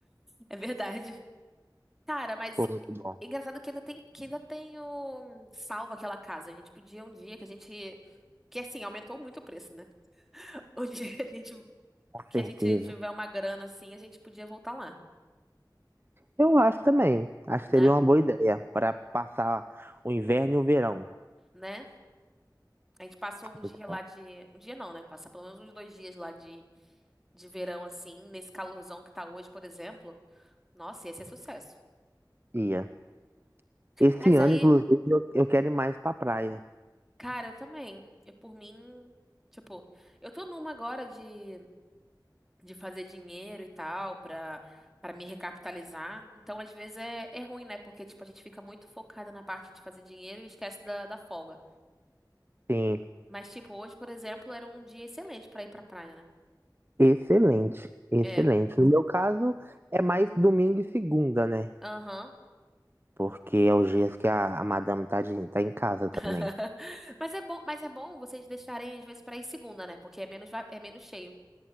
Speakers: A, in the centre; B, on the right.
A: É verdade. Cara, mas
B: Pô, muito bom.
A: é engraçado que ainda tem, que ainda tenho salvo aquela casa. A gente podia um dia que a gente. Que assim, aumentou muito o preço, né? <laughs> Um dia que a gente,
B: Com
A: que
B: certeza.
A: a gente tiver uma grana assim, a gente podia voltar lá,
B: Eu acho também. Acho
A: né?
B: que seria uma boa ideia para passar o inverno e o verão.
A: Né? A gente passou um dia
B: Muito
A: lá
B: bom.
A: de. Um dia não, né? Passar pelo menos uns dois dias lá de, de verão, assim, nesse calorzão que tá hoje, por exemplo. Nossa, ia ser sucesso.
B: Ia. Esse
A: Mas
B: ano,
A: aí,
B: inclusive, eu, eu quero ir mais pra praia.
A: cara, eu também. Eu, por mim, tipo, eu tô numa agora de, de fazer dinheiro e tal, pra, pra me recapitalizar. Então, às vezes é, é ruim, né? Porque, tipo, a gente fica muito focada na parte de fazer dinheiro e esquece da, da folga.
B: Sim.
A: Mas, tipo, hoje, por exemplo, era um dia excelente pra ir pra praia, né?
B: Excelente, excelente.
A: É.
B: No meu caso, é mais domingo e segunda, né?
A: Aham.
B: Porque é os dias que a, a madame tá, de- tá em casa também.
A: <laughs> Mas é bom, mas é bom vocês deixarem às vezes pra ir segunda, né? Porque é menos, va- é menos cheio.